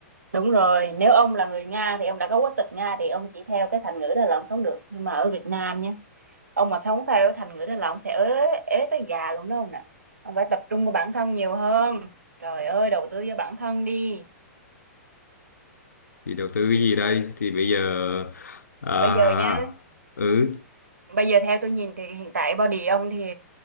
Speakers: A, on the right (about 75°); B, on the left (about 75°).
A: đúng rồi, nếu ông là người Nga thì ông đã có quốc tịch Nga thì ông chỉ theo cái thành ngữ đó là ông sống được. Nhưng mà ở Việt Nam nhé ông mà không theo thành ngữ đó là ông sẽ ế ế tới già luôn đó ông nè ông phải tập trung vào bản thân nhiều hơn trời ơi đầu tư cho bản thân đi
B: Thì đầu tư cái gì đây? Thì bây giờ... À,
A: bây giờ nha
B: ừ,
A: bây giờ theo tôi nhìn thì hiện tại body ông thì